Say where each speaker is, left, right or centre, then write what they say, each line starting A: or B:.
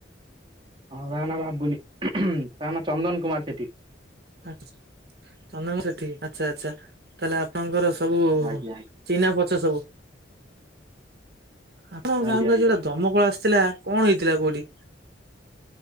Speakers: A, on the right; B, on the right.
A: ହଁ ତାଙ୍କ ନାଁ ବାବୁନି। ତାଙ୍କ ନାଁ ଚନ୍ଦନ କୁମାର ସେଠି।
B: ଆଛା, ଚନ୍ଦନ ସେଠୀ ଆଚ୍ଛା ଆଛା। ତାହେଲେ ଆପଣଙ୍କର ସବୁ
A: ଆଜ୍ଞା ଆଜ୍ଞା
B: ଚିହ୍ନା ପରିଚୟ ସବୁ। ଆପଣ
A: ଆଜ୍ଞା
B: ଗାଁକୁ
A: ଆଜ୍ଞା।
B: ଆଜି ଗୋଟେ ଦମକଳ ଆସିଥିଲା କଣ ହେଇଥିଲା କୋଉଠି?